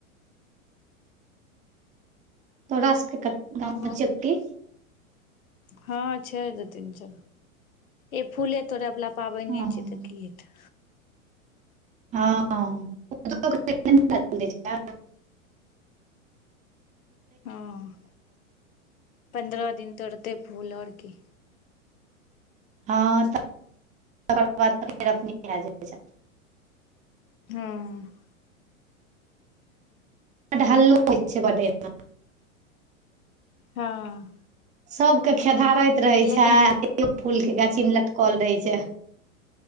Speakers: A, on the right (about 20°); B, on the left (about 85°).
A: तोरा सऽस सबके गाँव
B: हँ
A: छौकी
B: हँ छै दू तीन चय ई फूले तोड़यवला पाबनिए
A: हँ
B: छियै तऽ की हेतै
A: हँ हँ ओ <unintelligible> <unintelligible> छा
B: हँ पन्द्रह दिन तोड़तै फूल ओर की
A: हँ तकर बाद फेर भए जाइ
B: हऽहँ
A: बढ हल्लोहोइ छै बढ़ेमे
B: हँ
A: सब के खेधारैत रहे
B: लेकिन
A: छै ए फूल के गाछी मे लटकल रहै छै